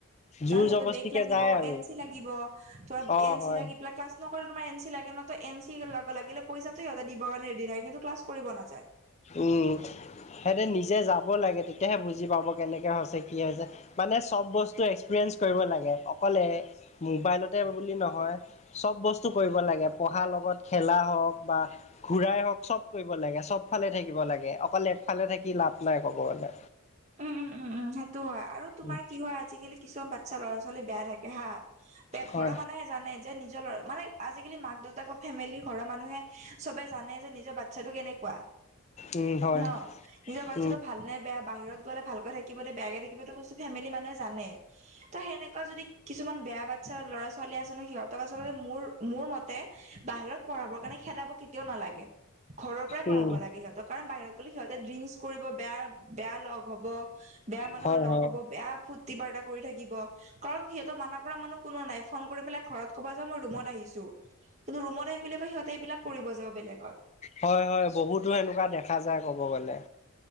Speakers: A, on the left; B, on the right.
A: জোৰ
B: তাৰপিছত
A: জবস্তিকে
B: বেগ লাগিব
A: যায় আৰু
B: এন চি লাগিব তোমাৰ
A: অ
B: এনে
A: হয়
B: চি লাগি প্ল ক্লাছ নকলে তোমাৰ এন চি লাগে নত এন চি লগ লাগিলে পইচাতো সিহতে দিবৰ কাৰণে ৰেডি থাকে কিন্তু ক্লছ কৰিব নাযায়।
A: উম সিহঁতে নিজে যাব লাগে তেতিয়াহে বুজি পাব কেনেকে হৈছে কি হৈছে। মানে চব বস্তু এক্সপিৰিয়েঞ্চ কৰিব লাগে অকলে মোবাইলতে বুলি নহয় চব বস্তু কৰিব লাগে পঢ়াৰ লগত খেলা হওঁক বা ঘুৰাই হওঁক চব কৰিব লাগে চবফালে থাকিব লাগে অকল এফালে থাকি লাভ নাই ক'ব গ'লে।
B: উম উম উম উম সেইটো হয় আৰু তোমাৰ
A: উম।
B: কি হয় আজিকালি কিছুমান বাচ্ছা ল'ৰা ছোৱালী বেয়া থাকে হা এ ঘৰৰ
A: হয়,
B: মানুহে জানে যে নিজৰ লৰা মানে আজিকালি মাক দেউতাক বা ফেমিলি ঘৰৰ মানুহে চবে জানে যে নিজৰ বাচ্ছাটো কেনেকুৱা
A: উম, হয়,
B: ন নিজৰ বাচ্ছাটো
A: উম।
B: ভাল নে বেয়া বাহিৰত গলে ভালকে থাকিব নে বেয়াকে থাকিব সেইটো বস্তু ফেমিলি মানুহে জানে ত সেনেকুৱা যদি কিছুমান বেয়া বাচ্ছা ল'ৰা ছোৱালী আছে ন সিহঁতক আচলতে মোৰ মোৰ মতে বাহিৰত পঢ়াবৰ কাৰণে খেদাব কেতিয়াও নালাগে। ঘৰৰ পৰাই পঢ়াব
A: উম।
B: লাগে সিহঁতক কাৰণ বাহিৰত গ'লে সিহঁতে ড্ৰিংক কৰিব বেয়া বেয়া লগ হব বেয়া মানুহৰ
A: হয়,
B: লগ
A: হয়,
B: হব, বেয়া ফূৰ্তি বাৰ্তা কৰি থাকিব। কাৰণ সিহঁতো মানা কৰা মানুহ কোনো নাই ফোন কৰি পেলাই ঘৰত কব যে মই ৰুমত আহিছো কিন্তু ৰুমত আহিম বুলি কই সিহঁতে এইবিলাক কৰিব যা বেলেগত
A: হয় হয় বহুতো সেনেকুৱা দেখা যায় কব গ'লে।